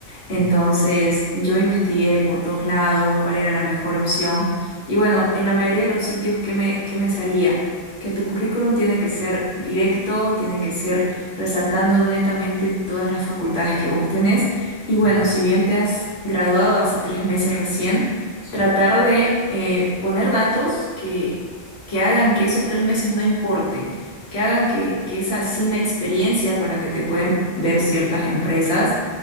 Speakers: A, on the left (about 55°); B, on the right (about 45°).
A: Entonces
B: ajá,
A: yo investigué por todos lados cuál era la mejor opción y bueno, en la mayoría de los sitios que me, que me salía, que tu currículum tiene que ser directo, tiene que ser resaltando netamente todas las facultades que vos tenés y bueno,
B: ujú,
A: si bien te has graduado hace tres meses recién,
B: Sí,
A: tratar de eh, poner datos que, que hagan que esos tres meses no importen, que hagan que, que esa sin experiencia con la que te pueden ver ciertas empresas,